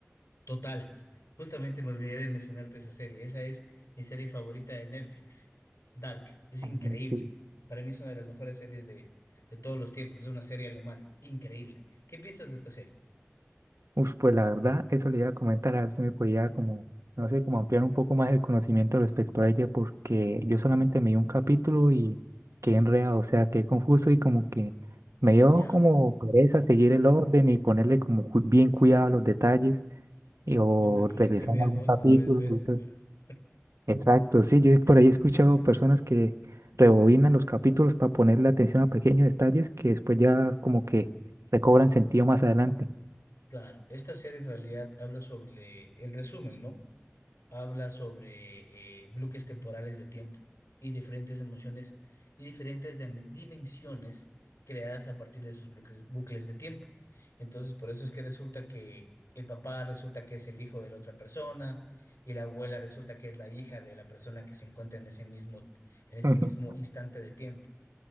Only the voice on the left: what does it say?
Total. Justamente me olvidé de mencionarte esa serie. Esa es mi serie favorita de Netflix. Dark. Es increíble.
Para mí es una de las mejores series de, de todos los tiempos. Es una serie alemana. Increíble. ¿Qué piensas de esta serie?
Ya,
yo me la tuve
que ver
dos
o tres veces,
verás.
Claro, esta serie en realidad habla sobre, el resumen, ¿no? Habla sobre eh, bloques temporales de tiempo y diferentes emociones y diferentes dim- dimensiones creadas a partir de esos bloques, bucles de tiempo. Entonces, por eso es que resulta que el papá resulta que es el hijo de la otra persona y la abuela resulta que es la hija de la persona que se encuentra en ese mismo, en ese
mismo instante de tiempo.